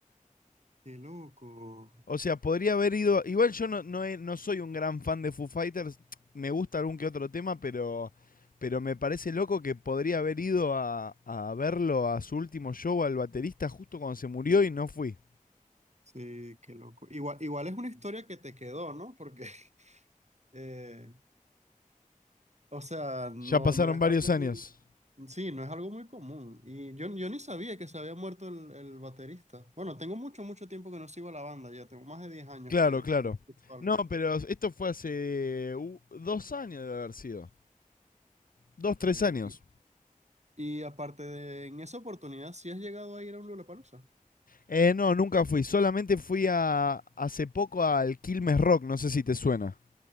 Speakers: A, on the right; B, on the left.
A: qué loco.
B: O sea, podría haber ido. Igual yo no, no, he- no soy un gran fan de Foo Fighters. Me gusta algún que otro tema, pero. Pero me parece loco que podría haber ido a, a verlo a su último show al baterista justo cuando se murió y no fui.
A: Sí, qué loco. Igual, igual es una historia que te quedó, ¿no? Porque <laughs> eh, O sea, no,
B: Ya pasaron
A: no es
B: varios
A: algo
B: años.
A: muy, sí, no es algo muy común. Y yo, yo ni sabía que se había muerto el, el baterista. Bueno, tengo mucho, mucho tiempo que no sigo a la banda, ya tengo más de diez años
B: Claro,
A: que,
B: claro.
A: que no escucho algo.
B: No, pero esto fue hace dos años de haber sido. Dos, tres
A: Eh,
B: años.
A: y, y aparte de, en esa oportunidad, ¿sí has llegado a ir a un Lollapalooza?
B: Eh, no, nunca fui. Solamente fui a hace poco al Quilmes Rock. No sé si te suena.